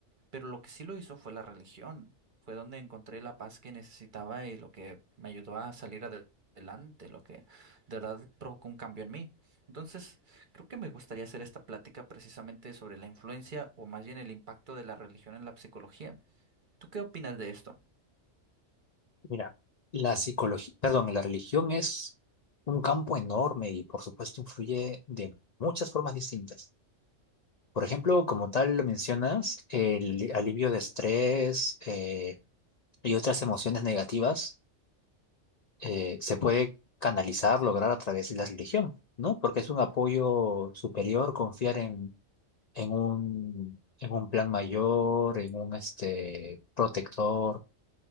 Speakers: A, on the right; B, on the left.
A: Pero lo que sí lo hizo fue la religión. Fue donde encontré la paz que necesitaba y lo que me ayudó a salir ade- adelante, lo que de verdad provocó un cambio en mí. Entonces, creo que me gustaría hacer esta plática precisamente sobre la influencia o más bien el impacto de la religión en la psicología. ¿Tú qué opinas de esto?
B: mira, la psicología, perdón, la religión es un campo enorme y por supuesto influye de muchas formas distintas. Por ejemplo, como tal lo mencionas, el alivio de estrés eh, y otras emociones negativas eh, se puede canalizar, lograr a través de la religión, ¿no? Porque es un apoyo superior confiar en, en un, en un plan mayor, en un este, protector